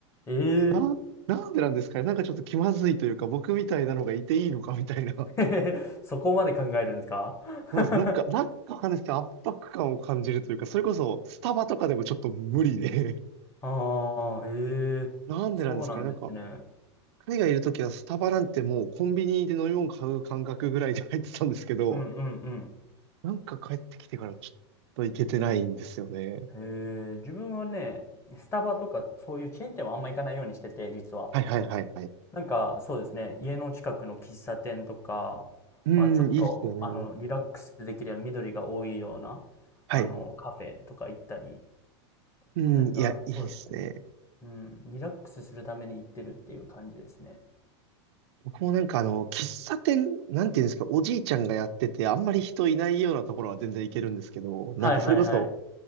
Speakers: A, on the left (about 20°); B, on the right (about 70°).
A: ええ
B: <laughs> な、なんでなんですかね。なんかちょっと気まずいというか、僕みたいなのがいていいのかみたいな。<laughs>
A: ー <laughs> そこまで考えるんですか
B: そうなんです。
A: <laughs>
B: なんか、なんかわかんないですけど、圧迫感を感じるというか、それこそスタバとかでもちょっと無理で、
A: ああ、へ
B: <laughs>
A: え、
B: なんでなんですかね。
A: そうなんですね。
B: なんか、海外いるときはスタバなんてもうコンビニで飲み物買う感覚ぐらいで入ってたんですけど、
A: うんうん
B: なんか帰ってきてからちょっと行けてないんですよね。
A: うん。へえ、自分はね、スタバとかそういうチェーン店はあんま行かないようにしてて、実は。
B: はいはいはいはい。
A: なんか、そうですね。家の近くの喫茶店とか、
B: うん、
A: まあ、ちょっと、
B: いいっすよね。
A: あの、リラックスできるような緑が多いような、
B: はい。
A: あの、カフェとか行ったり、
B: うん、
A: なんか、
B: いや、いいっすね。
A: そうですね。うん、リラックスするために行ってるっていう感じですね。
B: 僕もなんかあの、喫茶店、なんていうんですか、おじいちゃんがやってて、あんまり人いないようなところは全然行けるんですけど、なんかそれこそ、
A: はいはいはい。